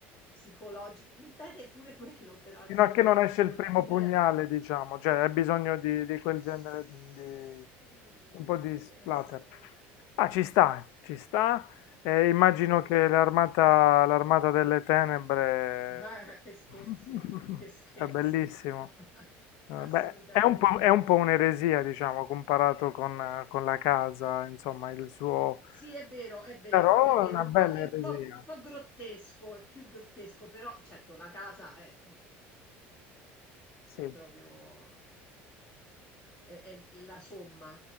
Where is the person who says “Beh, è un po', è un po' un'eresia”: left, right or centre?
Left